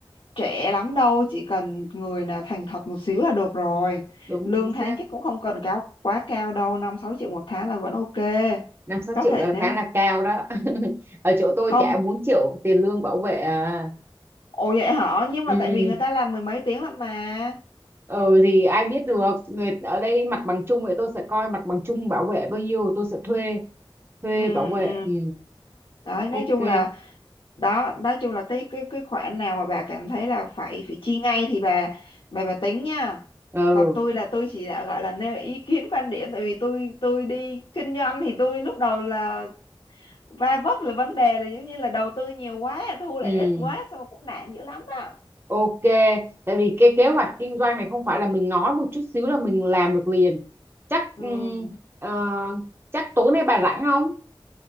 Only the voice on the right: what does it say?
đúng
chính
xác
năm sáu
triệu
là
tháng là cao đó <laughs> ở chỗ tôi
trả 4 triệu tiền lương bảo vệ à
ừ
ừ thì ai biết được người ở đây mặt bằng chung vậy tôi sẽ coi mặt bằng chung bảo vệ bao nhiêu tôi sẽ thuê thuê
bảo vệ
ừ
ok
ừ
ừ
Ok, tại vì cái kế hoạch kinh doanh này không phải là mình nói một chút xíu là mình làm được liền. Chắc
ừm, ờ, chắc tối nay bà rảnh không?